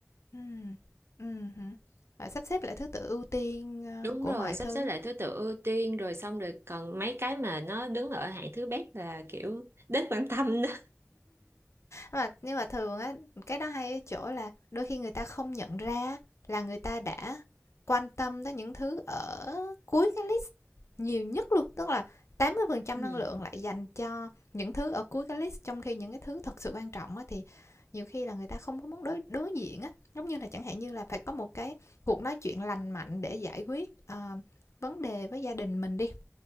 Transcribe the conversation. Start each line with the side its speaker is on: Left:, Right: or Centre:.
Left: Ừm, ừm hứm, rồi sắp xếp lại thứ tự ưu tiên, ơ,
Right: Đúng
Left: của
Right: rồi,
Left: mọi
Right: sắp
Left: thứ.
Right: xếp lại thứ tự ưu tiên rồi xong rồi còn mấy cái mà nó đứng ở hạng thứ bét là kiểu đến bản tâm đó.
Left: mà nhưng mà thường á cái đó hay ở chỗ là đôi khi người ta không nhận ra là người ta đã quan tâm tới những thứ ở cuối cái list nhiều nhất luôn tức là tám mươi phần trăm
Right: Ừ,
Left: năng lượng lại dành cho những thứ ở cuối cái list trong khi những cái thứ thật sự quan trọng á thì nhiều khi là người ta không có muốn đối đối diện á giống như là chẳng hạn như là phải có một cái cuộc nói chuyện lành mạnh để giải quyết à, vấn đề với gia đình mình đi